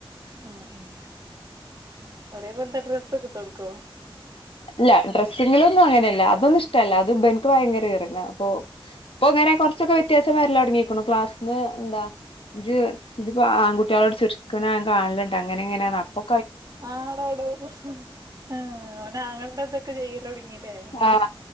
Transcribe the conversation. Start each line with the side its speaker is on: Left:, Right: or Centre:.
Right: ഉം ഉം ഒരേ പോൽത്തെ ഡ്രെസ്സൊക്കെ ഇട്ട് കൊടുക്കോ?
Left: ഇല്ല ഡ്രസ്സിങ്ങിലോന്നും അങ്ങനെല്ല അതൊന്നും ഇഷ്ടല്ല അത് ഇവൻക്ക് ഭയങ്കര ഈറെണ് അപ്പൊ ഇപ്പൊ അങ്ങനെ കോർച്ചൊക്കെ വ്യത്യാസം വേര്ലൊടങ്ങീക്ണു ക്ലാസ്സിന്ന് എന്താ ഇജ്ജ് ഇജ്ജ്പ്പോ ആൺകുട്ടികളോട് ചിരിക്ണത് ഞാൻ കാണല്ണ്ട് അങ്ങനെ ഇങ്ങനെണ് അപ്പൊ
Right: ആടോടോ ഉം ഓന് ആങ്ങൾന്റെ ഇതൊക്കെ ചെയ്യല് തോടങ്ങീല്ലേ
Left: ആഹ്